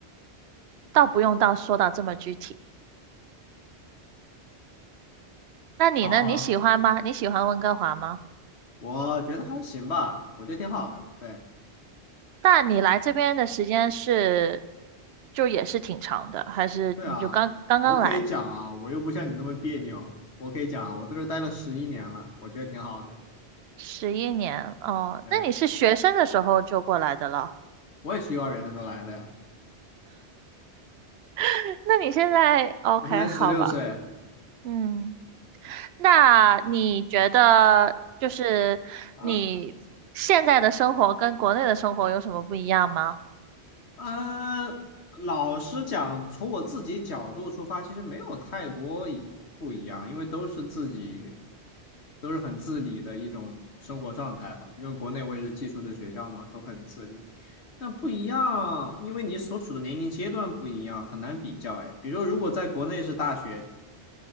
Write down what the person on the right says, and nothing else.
倒不用到说到这么具体。那你呢？
你喜欢吗？你喜欢温哥华吗？
那你来这边的时间是，就也是挺长的，还是你就刚刚刚来
十一年？哦，
那你是学生的时候就过来的了？
<laughs> 那你现在 OK
好吧？嗯，那你觉得就是你现在的生活跟国内的生活有什么不一样吗？